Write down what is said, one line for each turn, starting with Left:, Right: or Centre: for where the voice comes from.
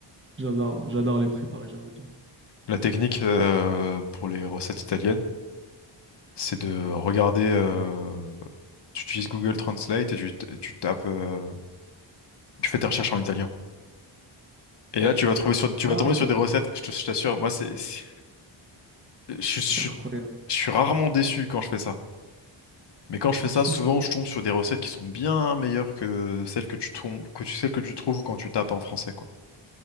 Right: j'adore, j'adore les préparer, j'ai envie de dire.
Left: La technique euh, pour les recettes italiennes, c'est de regarder, euh, tu utilises Google Translate et tu, t- tu tapes, euh, tu fais tes recherches en italien. Et là, tu vas trouver sur, tu
Right: Ah,
Left: vas tomber
Right: ok.
Left: sur des recettes, je te- je t'assure, moi, c'est, c'est- je, suis- je, suis
Right: Incroyable.
Left: je suis rarement déçu quand je fais ça. Mais quand je fais
Right: <laughs>
Left: ça, souvent, je tombe sur des recettes qui sont bien meilleures que celles que tu, trou- que tu- celles que tu trouves quand tu tapes en français, quoi.